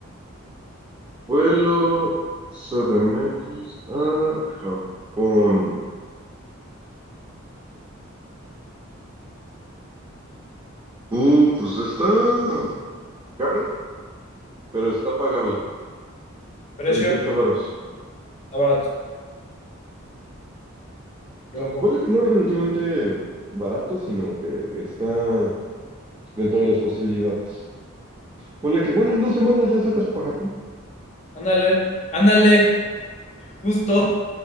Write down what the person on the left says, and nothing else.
Precio,
está barato.
Yo
lo compro.
Ándale, ándale, justo.